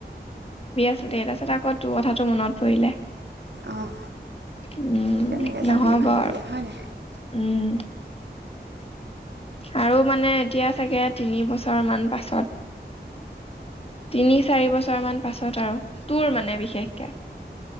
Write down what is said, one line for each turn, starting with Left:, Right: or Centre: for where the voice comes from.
Left: টুডে। তাৰপাছত আকৌ তোৰ কথাটো মনত পৰিলে।
Right: অঁ
Left: উম,
Right: কেনেকৈ
Left: নহ'ব
Right: যাবি ভাবিলি
Left: আৰু।
Right: হয় নাই
Left: উম। আৰু মানে এতিয়া চাগে তিনি বছৰ মান পাছত। তিনি-চাৰি বছৰমান পাছত আৰু। তোৰ মানে বিশেষকে।